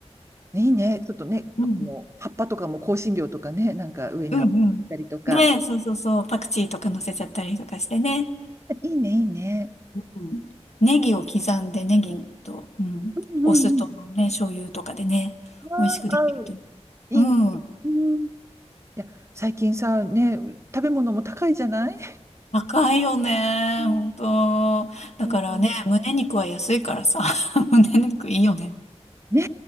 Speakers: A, on the right (about 25°); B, on the left (about 70°).
A: いいね。ちょっとね、
B: うん。
A: この葉っぱとかも香辛料とかね、なんか上にいたりとか。
B: うんうん。ねそうそうそう。パクチーとか乗せちゃったりとかしてね。
A: いいね、いいね。
B: うんうん。ネギを刻んで、ネギと、うん、
A: うんうんうん。
B: お酢とね、醤油とかでね、
A: ああ、
B: 美味しくできると
A: 合う。いいね。
B: 思う。
A: うん。いや、最近さ、ね、食べ物も高いじゃない
B: 高いよね。
A: うん
B: 本当。だからね、
A: うん
B: 胸肉は安いからさ。<laughs> 胸肉いいよね。
A: ね、